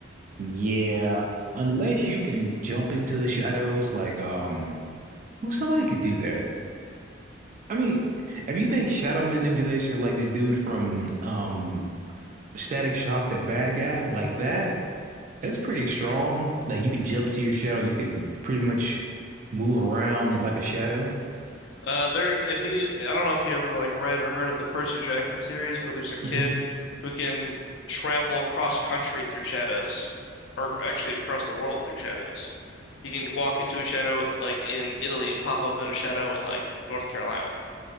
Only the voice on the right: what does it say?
Yeah, unless you can jump into the shadows like um Who somebody could do that? I mean, if you think shadow manipulation is like the dude from um Static Shock, that bad guy, like that, that's pretty strong. Like you can jump to your shadow, you can pretty much move around like a shadow.
hmm